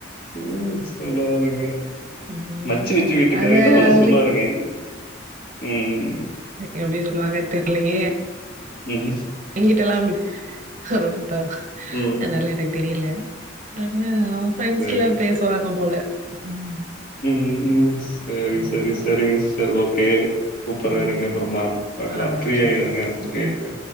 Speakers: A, on the left; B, on the right.
A: ம் சொல்லுவாருங்க
B: ம்
A: மச்சினிச்சி வீட்டுக்கார்
B: அது
A: ஏதோ ஒண்ணு
B: அவரே
A: சொல்லுவாருங்க
B: கூப்
A: ம்
B: எப்டி சொல்லுவாங்கன் தெர்லையே
A: ம்
B: எங்கிட்ட எல்லாம் அ அதா
A: ம்
B: அதனால எனக்கு தெரியல ம் அவன் ஃப்ரெண்ட்ஸ்ல்லா
A: சரி
B: பேசுவாங்க போல ம்
A: ம் ம் சரி
B: ம்
A: சரி சரிங்க சிஸ்டர் ஓகே கூப்புறேன்
B: ம்
A: இருங்க அப்பறமா பாக்கலாம்
B: ஆ
A: ஃப்ரீயிருங்க
B: சரி ஓகே
A: ஃப்ரீ
B: ம்
A: ஆயிட்டு